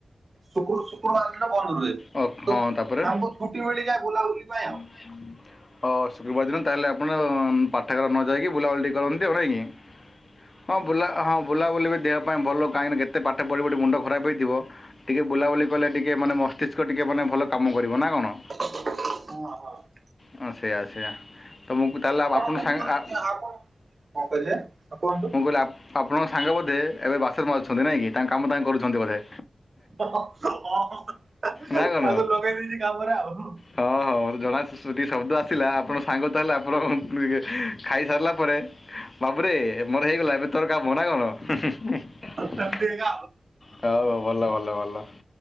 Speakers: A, on the right; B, on the left.
A: ଶୁକୁରୁ ଶୁକ୍ରବାର ଦିନ ବନ୍ଦ ରୁହେ।
B: ଓ ହଁ
A: ତ
B: ତା'ପରେ
A: ଆମକୁ ଛୁଟି ମିଳିଯାଏ ବୁଲାବୁଲି ପାଇଁ ଆଉ।
B: <inaudible> ହ ଶୁକ୍ରୁବାର ଦିନ ତାହେଲେ ଆପଣ ପାଠାଗାର ନ ଯାଇକି ବୁଲାବୁଲି ଟିକେ କରନ୍ତି ଆଉ ନାକି। ହଁ ବୁଲା ହଁ ବୁଲାବୁଲି ବି ଦେହ ପାଇଁ ଭଲ କାହିଁକିନା କେତେ ପାଠ ପଢ଼ିବି ମୁଣ୍ଡ ଖରାପ ହେଇଥିବ। ଟିକେ ବୁଲାବୁଲି କଲେ ଟିକେ ମାନେ ମସ୍ତିଷ୍କ ଟିକେ ମାନେ ଭଲ କାମ କରିବ ନା କଣ?
A: ହଁ।
B: ହ ସେଇଆ ସେଆା ତ ମୁଁ ତାହେଲେ ଆପଣ
A: କୋଉ
B: ସାଙ୍ଗ
A: ପରି ଆପଣ କଣ କହିଲେ? ଆଉ କୁହନ୍ତୁ?
B: ମୁଁ କହିଲି ଆପଣଙ୍କ ସାଙ୍ଗ ବୋଧେ ଏବେ ବାସନ ମଜୁଛନ୍ତି ନାଇଁ କି ତାଙ୍କ କାମ ତାଙ୍କ କରୁଛନ୍ତି ବୋଧେ?
A: <unintelligible> ହଁ ହଁ ତାକୁ
B: ନା କ'ଣ
A: ଲଗେଇ ଦେଇେଇଛି କାମରେ ଆଉ।
B: ହଁ ହଁ ଜଣା ଟିକେ ଶବ୍ଦ ଆସିଲା ଆପଣ ସାଙ୍ଗ ତାହେଲେ ଆପଣ <unintelligible> ଖାଇସାରିଲା ପରେ ବାବୁରେ ମୋର ହେଇଗଲା ଏବେ ତୋର କାମ ନା କଣ, ହୁଁ ହୁଁ ହୁଁ।
A: ସେମିତି ଏକା
B: ହଉ ହଉ ଭଲ ଭଲ ଭଲ,